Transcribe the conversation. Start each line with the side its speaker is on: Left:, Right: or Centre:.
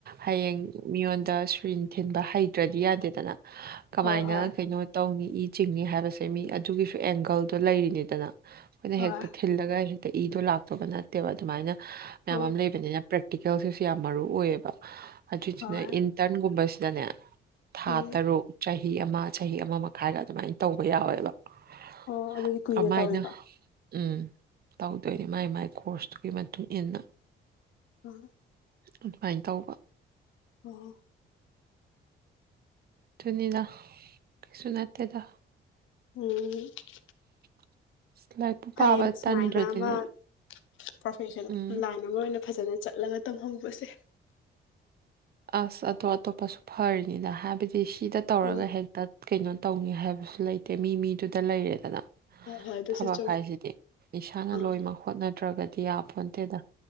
Right: ꯍꯌꯦꯡ ꯃꯤꯉꯣꯟꯗ ꯁꯔꯤꯟ ꯊꯤꯟꯕ ꯍꯩꯇ꯭ꯔꯗꯤ ꯌꯥꯗꯦꯗꯅ <inaudible> ꯀꯃꯥꯏꯅ
Left: ꯍꯣꯏ ꯍꯣꯏ
Right: ꯀꯩꯅꯣ ꯇꯧꯅꯤ ꯏ ꯆꯤꯡꯅꯤ ꯍꯥꯏꯕꯁꯦ ꯃꯤ ꯑꯗꯨꯒꯤꯁꯨ ꯑꯦꯡꯒꯜꯗꯣ ꯂꯩꯔꯤꯅꯤꯗꯅ ꯑꯗꯨ
Left: ꯍꯣꯏ
Right: ꯍꯦꯛꯇ ꯊꯤꯜꯂꯒ ꯍꯦꯛꯇ ꯏꯗꯣ ꯂꯥꯛꯇꯣꯕ ꯅꯠꯇꯦꯕ ꯑꯗꯨꯃꯥꯏꯅ ꯃꯌꯥꯝ
Left: ꯑꯣ
Right: ꯑꯃ ꯂꯩꯕꯅꯤꯅ ꯄ꯭ꯔꯦꯛꯇꯤꯀꯦꯜꯁꯤꯁꯨ ꯌꯥꯝ ꯃꯔꯨ ꯑꯣꯏꯌꯦꯕ ꯑꯗꯨꯏꯗꯨꯅ
Left: ꯍꯣꯏ
Right: ꯏꯟꯇꯔꯟꯒꯨꯝꯕꯁꯤꯗꯅꯦ ꯊꯥ
Left: ꯎꯝ
Right: ꯇꯔꯨꯛ ꯆꯍꯤ ꯑꯃ ꯆꯍꯤ ꯑꯃ ꯃꯈꯥꯏꯒ ꯑꯗꯨꯃꯥꯏꯅ ꯇꯧꯕ ꯌꯥꯎꯋꯦꯕ
Left: ꯑꯣ
Right: <inaudible>
Left: ꯑꯗꯨꯗꯤ ꯀꯨꯏꯅ
Right: ꯑꯃꯥꯏꯅ
Left: ꯇꯧꯋꯤꯀꯣ
Right: ꯎꯝ ꯇꯧꯗꯣꯏꯅꯦ ꯃꯥꯏ ꯃꯥꯏ ꯀꯣꯔꯁꯇꯨꯒꯤ ꯃꯇꯨꯡ ꯏꯟꯅ
Left: <inaudible>
Right: ꯑꯗꯨꯃꯥꯏꯅ ꯇꯧꯕ
Left: ꯑꯣ
Right: <unintelligible> ꯀꯩꯁꯨ ꯅꯠꯇꯦꯗ
Left: <inaudible>
Right: <inaudible> ꯂꯥꯏꯛꯄꯨ
Left: ꯐꯩꯌꯦ
Right: ꯄꯥꯕ
Left: ꯁꯨꯃꯥꯏꯅ
Right: ꯇꯟꯗ꯭ꯔꯗꯤꯅꯦ
Left: ꯑꯃ ꯄ꯭ꯔꯣꯐꯦꯁꯟ
Right: ꯎꯝ
Left: ꯂꯥꯏꯟ ꯑꯃ ꯑꯣꯏꯅ ꯐꯖꯅ ꯆꯠꯂꯒ ꯇꯝꯍꯧꯕꯁꯦ
Right: ꯑꯁ ꯑꯇꯣꯞ ꯑꯇꯣꯞꯄꯁꯨ ꯐꯔꯤꯅꯤꯅ ꯍꯥꯏꯕꯗꯤ ꯁꯤꯗ ꯇꯧꯔꯒ
Left: ꯎꯝ
Right: ꯍꯦꯛꯇ ꯀꯩꯅꯣ ꯇꯧꯅꯤ ꯍꯥꯏꯕꯁꯨ ꯂꯩꯇꯦ ꯃꯤ ꯃꯤꯗꯨꯗ ꯂꯩꯔꯦꯗꯅ
Left: ꯍꯣꯏ ꯍꯣꯏ ꯑꯗꯨꯁꯨ
Right: ꯊꯕꯛ
Left: ꯆꯨꯝꯃꯤ
Right: ꯍꯥꯏꯁꯤꯗꯤ ꯏꯁꯥꯅ
Left: ꯑꯥ
Right: ꯂꯣꯏꯃꯛ ꯍꯣꯠꯅꯗ꯭ꯔꯒꯗꯤ ꯌꯥꯄꯣꯟꯇꯦꯗ